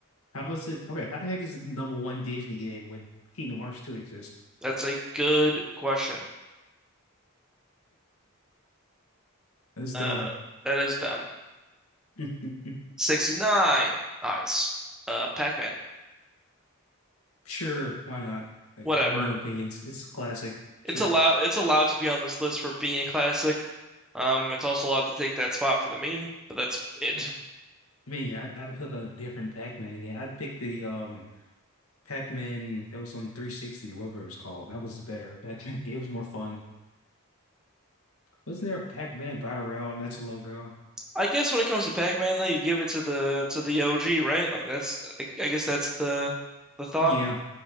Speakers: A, on the left; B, in the centre.
A: How is it? Okay, how the heck is it the number one Disney game when Kingdom Hearts 2 exists?
B: That's a good question.
A: That's
B: Uh,
A: dumb.
B: that is dumb.
A: <laughs>
B: 69. Nice. Uh, Pac-Man.
A: Sure, why not? Like,
B: Whatever.
A: I have no opinions. It's classic.
B: It's
A: Sure.
B: allowed it's allowed to be on this list for being a classic. Um, it's also allowed to take that spot for the meme, but that's it.
A: Yeah. I mean, I, I'd pick a different Pac-Man game. I'd pick the um Pac-Man that was on 360, whatever it was called. That was the better <laughs> Pac-Man game. It was more fun. Wasn't there a Pac-Man Battle Royale not too long ago?
B: I guess when it comes to Pac-Man, though, you give it to the to the OG, right? Like that's I, I guess that's the the thought.
A: Yeah,